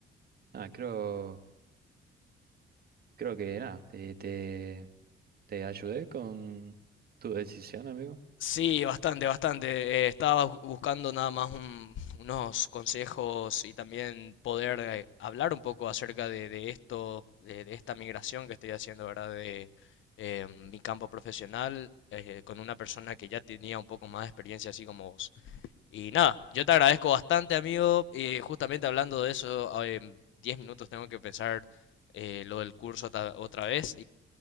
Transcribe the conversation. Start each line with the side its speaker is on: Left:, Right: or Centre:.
Right: nada, creo. Creo que nada, te, te, te ayudé con tu decisión, amigo.
Left: Sí, bastante, bastante. Eh, estaba bu- buscando nada más un- unos consejos y también poder eh, hablar un poco acerca de, de esto, de, de esta migración que estoy haciendo, ¿verdad? De eh, mi campo profesional eh, con una persona que ya tenía un poco más de experiencia, así como vos. Y nada, yo te agradezco bastante, amigo. Y justamente hablando de eso, ah, en 10 minutos tengo que pensar eh, lo del curso ta- otra vez